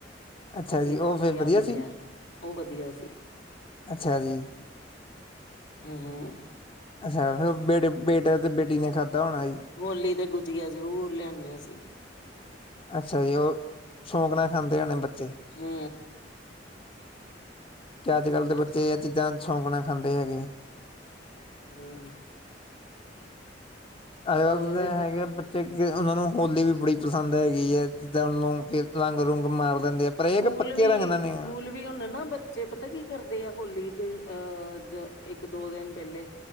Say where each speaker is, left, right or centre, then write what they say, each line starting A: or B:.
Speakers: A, on the left; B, on the left.
A: ਅੱਛਾ
B: ਫੇਰ
A: ਜੀ, ਉਹ
B: ਵਧੀਆਂ
A: ਵਧੀਆ
B: ਮਿਲਿਆਂ।
A: ਸੀ?
B: ਓ ਵਧੀਆ ਸੀ,
A: ਅੱਛਾ ਜੀ,
B: ਹੂੰ।
A: ਅੱਛਾ ਫਿਰ ਉਹ ਬੇਟੇ -ਬੇਟੇ ਤੇ ਬੇਟੀ ਨੇ ਖਾਂਦਾ ਹੋਣਾ ਜੀ।
B: ਹੋਲੀ ਤੇ ਗੁਜੀਆ ਜ਼ਰੂਰ ਲਿਆਨੇ‌ ਆ ਅਸੀ।
A: ਅੱਛਾ ਜੀ, ਉਹ ਸ਼ੌਕ ਨਾਲ ਖਾਂਦੇ ਹੋਣੇ ਬੱਚ
B: ਹੂੰ।
A: ਕਿ ਅੱਜ ਕੱਲ ਦੇ
B: ਹੂੰ
A: ਬੱਚੇ ਐਹ ਚੀਜ਼ਾਂ ਸ਼ੌਕ ਨਾਲ ਖਾਂਦੇ ਹੈਗੇ।
B: ਹੂੰ।
A: ਅੱਜ ਕੱਲ
B: ਹੋਰ
A: ਦੇ ਹੈਗੇ ਬੱ ਤੇ ਉਹਨਾ ਨੂੰ ਹੋਲੀ ਵੀ ਬੜੀ ਪਸੰਦ ਹੈਗੀ ਐਂ, ਜਿੱਦਾਂ ਉਹ ਨੂੰ ਰੰਗ ਰੁਗ ਮਾਰ ਲੈਂਦੇ ਆ। ਪਰ ਇਹ
B: ਸਕੂਲ
A: ਕਿ ਪੱਕੇ
B: ਵੀ
A: ਰੰਗ ਨਾਲ ਨੇ,
B: ਸਕੂਲ ਵੀ ਹੁਣ ਨਾ ਬੱਚੇ ਪਤਾ ਕੀ ਕਰਦੇ ਆ, ਹੋਲੀ ਦੇ ਅਹ ਇੱਕ ਦੋ ਦਿਨ ਪਹਿਲੇ।